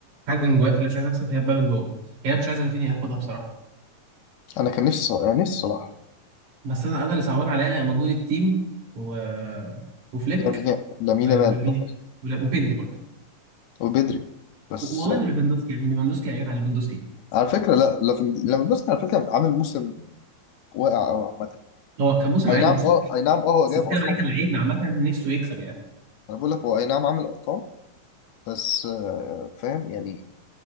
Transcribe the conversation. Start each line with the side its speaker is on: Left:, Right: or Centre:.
Right: حاجه من جوايا مخليني مش عايز اكسب هي البالون دور يعني انا مش عايز رافينيا ياخدها بصراحه
Left: انا كان نفسي صلاح يعني نفسي صلاح
Right: بس انا انا اللي صعبان عليا مجهود التيم و... وفليك
Left: لامين يامال- لامين
Right: ولمين
Left: يامال بالأخص
Right: وبيدري برضه
Left: وبدري بس
Right: و- والله
Left: آه،
Right: وليفاندوسكي يعني ليفاندوسكي يا جدع ليفاندوسكي
Left: على فكره لا ليفاندوفسكي على فكره عامل موسم واقع قوي عامه
Right: هو كان موسم
Left: اي
Right: عادي
Left: نعم
Right: بس
Left: اه
Right: انا
Left: اي نعم اه هو
Right: بس
Left: جايب
Right: بتكلم
Left: ارقام
Right: عليه
Left: جامده
Right: كلاعب عامه نفسه يكسب يعني
Left: انا بقول لك هو اي نعم عامل ارقام بس آه، فاهم يعني